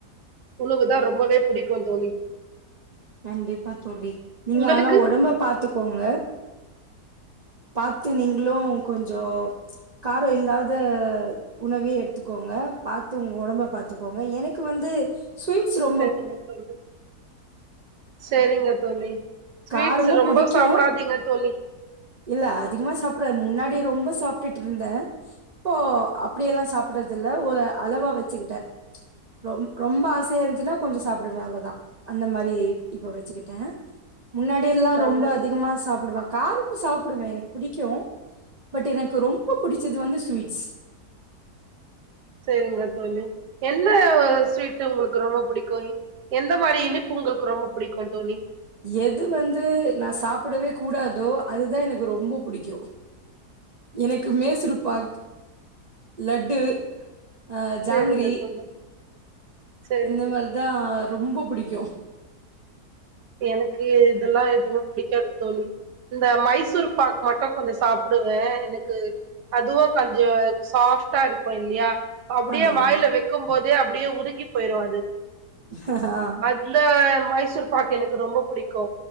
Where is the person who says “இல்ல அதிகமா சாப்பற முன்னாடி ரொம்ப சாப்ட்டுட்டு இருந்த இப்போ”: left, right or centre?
Right